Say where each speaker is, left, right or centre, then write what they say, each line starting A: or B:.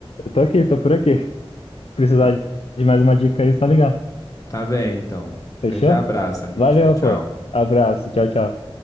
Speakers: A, on the left; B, on the left.
A: eu tô aqui, tô por aqui. <laughs> Precisar
B: Ah,
A: de mais uma dica aí, só ligar.
B: Tá bem, então.
A: Fechou?
B: Grande abraço, amigo.
A: Valeu,
B: Tchau, tchau.
A: pô. Abraço. Tchau, tchau.